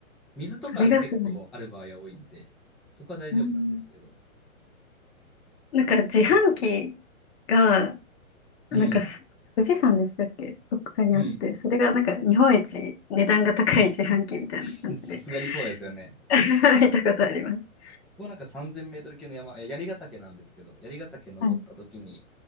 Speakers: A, in the centre; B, on the left.
A: 水とかでも結構ある場合は多いんで、
B: それがすごい。
A: そこは大丈夫なんですけど、
B: うんなんか自販機が
A: うん。
B: なんかす、富士山でしたっけどっかにあって、
A: うん。
B: それがなんか日本一値段が高い自販機みたいな感じで
A: <laughs> さすがにそうですよね。
B: <laughs> 見たことあります。
A: ここなんか3000メートル級の山、いや槍ヶ岳なんですけど、槍ヶ岳登った時に、
B: はい。